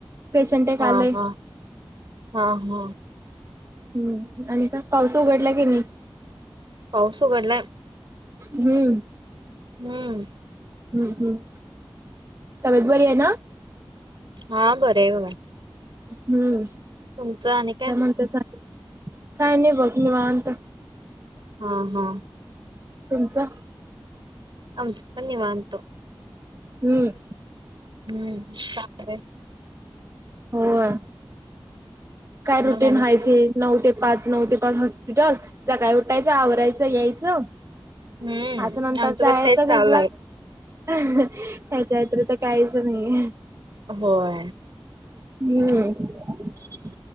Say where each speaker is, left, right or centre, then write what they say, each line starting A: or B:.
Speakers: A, on the right (about 35°); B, on the right (about 65°).
A: पेशंट एक
B: हा
A: आलंय
B: हा हा हा
A: ह् आणि का पावस उघडला की नाही
B: पावसो घडला
A: हम्म
B: हम्म
A: ह् ह् तबेत बरी आहे ना
B: हा बरं आहे
A: हम्म
B: तुमचं आणि
A: काय म्हणत सग काय नाही बघ म वात
B: हा, हा.
A: तुमचं
B: आमचं पण निवांत.
A: हम्म
B: हम्म <unintelligible>
A: होय काय रुटीन
B: मग आणि
A: हायच
B: काय
A: हे नऊ ते पाच नऊ ते पाच हॉस्पिटल सकाळी उठायचं आवरायचं यायचं
B: हम्म
A: आज नंतर
B: आमचं
A: जायच
B: पण तेच
A: घरला
B: चालू आहे
A: त्याच्या व्यतिरिक्त तर काहीच नाही
B: होय
A: हम्म